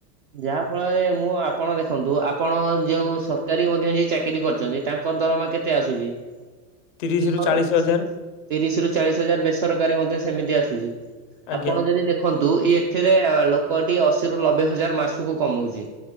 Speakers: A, on the right; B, on the left.
A: ଯାହା ଫଳରେ, ମୁଁ ଆପଣ ଦେଖନ୍ତୁ ଆପଣ ଯେଉଁ ସରକାରୀ ମଧ୍ୟ ଯିଏ ଚାକିରି କରିଛନ୍ତି, ତାଙ୍କର ଦରମା କେ କେତେ ଆସୁଛି?
B: ତିରିଶ
A: <unintelligible>
B: ରୁ ଚାଳିଶ ହଜାର
A: ତିରିସି ରୁ ଚାଳିସି ହଜାର ବେସରକାରୀ ମଧ୍ୟ ସେମିତି ଆସୁଛି।
B: ଆଜ୍ଞା
A: ଆପଣ ଯଦି ଦେ ଦେଖନ୍ତୁ ଇଏ ଏଥିରେ ଲୋକଟି ଅଶୀରୁ ଲବେ ହଜାର ମାସକୁ କମଉଛି।